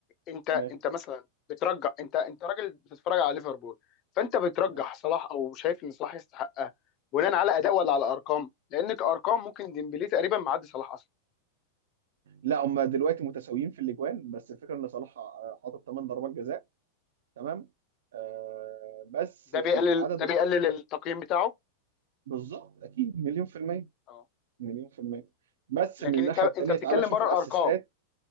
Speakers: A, on the left; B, on the right.
A: انت
B: تمام
A: انت مثلا بترجح انت انت راجل بتتفرج على ليفربول فانت بترجح
B: تمام
A: صلاح او شايف ان صلاح يستحقها بناء على اداء ولا على ارقام لان كارقام ممكن ديمبلي تقريبا معدي صلاح اصلا
B: لا هم دلوقتي متساويين في الاجوان بس الفكره ان صلاح آه، حاطط 8 ضربات جزاء تمام آه بس
A: ده
B: العدد
A: بيقلل ده
B: الأ-
A: بيقلل التقييم بتاعه
B: بالظبط اكيد مليون في الميه
A: اه
B: مليون في الميه بس
A: لكن
B: من الناحيه
A: انت انت
B: التانيه
A: بتتكلم
B: تعالى شوف
A: بره
B: الاسيستات
A: الارقام